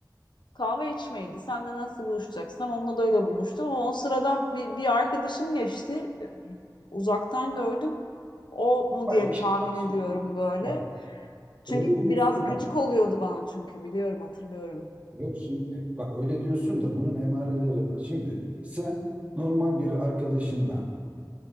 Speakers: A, on the left; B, on the right.
A: kahve içmeydi. Sen de nasıl buluşacaksın? Onunla da öyle buluştum ama o sıradan bir, bir arkadaşım geçti. Uzaktan gördüm. O mu
B: Ama
A: diye
B: yeşil
A: tahmin
B: bak
A: ediyorum
B: şimdi öyle diyorsun
A: böyle.
B: da
A: Çünkü
B: öyle diyorsun
A: biraz gıcık
B: da
A: oluyordu bana çünkü biliyorum hatırlıyorum.
B: yok şimdi bak öyle diyorsun da bunun emareleri var. Şimdi sen normal bir arkadaşınla